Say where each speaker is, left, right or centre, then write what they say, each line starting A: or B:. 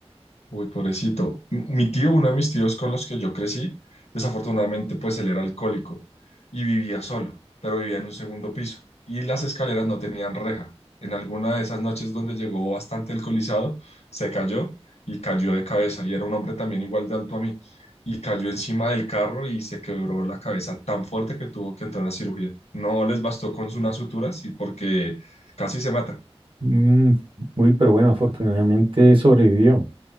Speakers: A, on the left (about 80°); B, on the right (about 50°).
A: Uy, pobrecito. M- Mi tío, uno de mis tíos con los que yo crecí, desafortunadamente, pues él era alcohólico y vivía solo, pero vivía en un segundo piso y las escaleras no tenían reja. En alguna de esas noches donde llegó bastante alcoholizado, se cayó y cayó de cabeza y era un hombre también igual de alto a mí y cayó encima del carro y se quebró la cabeza tan fuerte que tuvo que entrar a cirugía. No les bastó con su- unas suturas y porque casi se mata.
B: Mm, uy, pero bueno, afortunadamente sobrevivió.